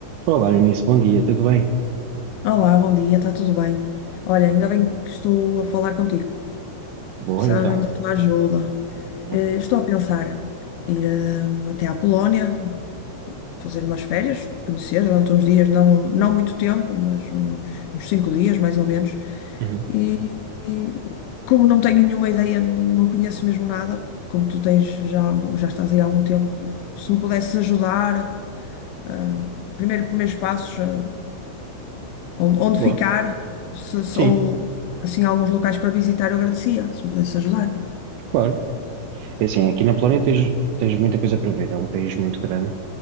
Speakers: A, on the right (about 80°); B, on the left (about 80°).
A: Olá, Eunice, bom dia, tudo bem?
B: Olá, bom dia, está tudo bem? Olha, ainda bem que estou a falar contigo.
A: Boa,
B: Precisava
A: então.
B: mesmo da tua ajuda.
A: Ok.
B: Eh, estou a pensar ir eh, até à Polónia, fazer umas férias, conhecer durante uns dias, não, não muito tempo, mas uns, uns cinco dias mais ou menos.
A: Uhum.
B: E, e como não tenho nenhuma ideia, não, não conheço mesmo nada, como tu tens já, já estás aí há algum tempo, se me pudesses ajudar, eh, primeiro, primeiros passos. eh, onde, onde
A: Boa.
B: ficar, se, se-
A: Sim,
B: ou assim alguns locais para visitar, eu agradecia, se me pudesse ajudar.
A: claro. É assim, aqui na Polónia tens, tens muita coisa para ver, é um país muito grande,